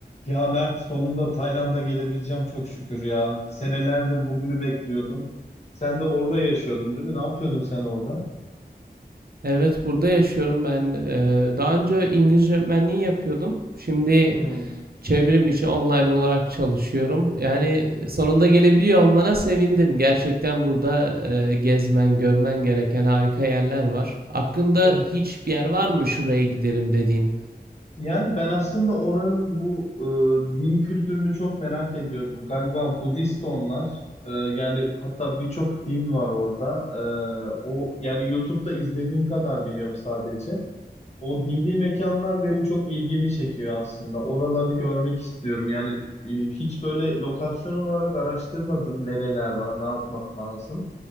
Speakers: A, on the left; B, on the right.
A: Ya Mert sonunda Tayland'a gelebileceğim çok şükür ya. Senelerdir bugünü bekliyordum. Sen de orada yaşıyordun değil mi? Ne yapıyordun sen orada?
B: Evet, burada yaşıyorum ben. Eee, daha önce İngilizce öğretmenliği yapıyordum. Şimdi
A: Hmm.
B: çevrim içi online olarak çalışıyorum. Yani sonunda gelebiliyor olmana sevindim. Gerçekten burada eee, gezmen, görmen gereken harika yerler var. Aklında
A: Evet.
B: hiçbir yer var mı şuraya giderim dediğin?
A: Yani ben aslında oranın bu e, din kültürünü çok merak ediyordum. Galiba Budist onlar. E, yani hatta birçok din var orada. E, o yani YouTube'da izlediğim kadar biliyorum sadece. O dini mekanlar benim çok ilgimi çekiyor aslında. Oraları görmek istiyorum. Yani e, hiç böyle lokasyon olarak araştırmadım nereler var, ne yapmak lazım.